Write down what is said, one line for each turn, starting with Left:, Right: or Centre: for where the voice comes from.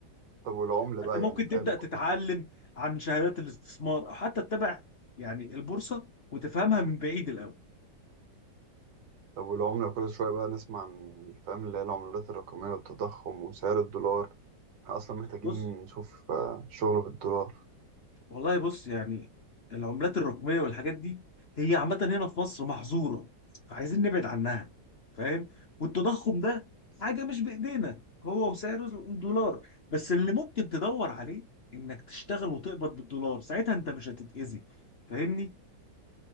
Right: طب والعملة
Left: انت
Right: بقى
Left: ممكن
Right: يعني
Left: تبدا
Right: فاهم كل
Left: تتعلم عن شهادات الاستثمار او حتى تتابع يعني البورصه وتفهمها من بعيد الاول
Right: طب والعملة كل شوية بقى نسمع عن فاهم اللي هي العملات الرقمية والتضخم وسعر الدولار احنا أصلا محتاجين
Left: بص
Right: نشوف آه، شغل بالدولار
Left: والله بص يعني العملات الرقميه والحاجات دي هي عامه هنا في مصر محظوره فعايزين نبعد عنها فاهم والتضخم ده حاجه مش بايدينا هو وسعر الدولار بس اللي ممكن تدور عليه انك تشتغل وتقبض بالدولار ساعتها انت مش هتتاذي فاهمني